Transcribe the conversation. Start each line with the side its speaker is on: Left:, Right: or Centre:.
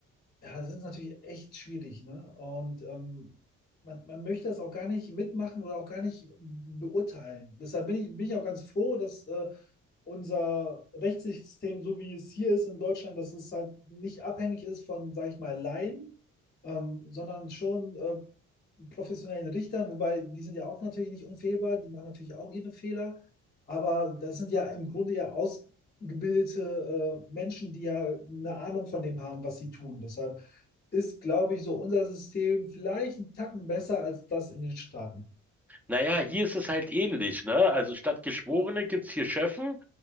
Left: ja, das ist natürlich echt schwierig, ne? Und ähm, man, man möchte das auch gar nicht mitmachen oder auch gar nicht beurteilen. Deshalb bin ich, bin ich auch ganz froh, dass äh, unser Rechtssystem, so wie es hier ist in Deutschland, dass es halt nicht abhängig ist von, sage ich mal, Laien, ähm, sondern schon äh, professionellen Richtern, wobei die sind ja auch natürlich nicht unfehlbar, die machen natürlich auch ihre Fehler, aber das sind ja im Grunde ja ausgebildete äh, Menschen, die ja eine Ahnung von dem haben, was sie tun. Deshalb ist, glaube ich, so unser System vielleicht einen Tacken besser als das in den Staaten.
Centre: Naja, hier ist es halt ähnlich, ne? Also statt Geschworene gibt's hier Schöffen